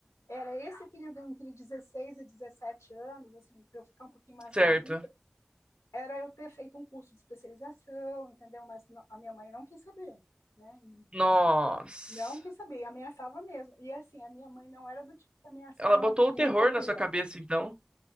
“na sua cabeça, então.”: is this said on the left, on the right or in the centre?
Right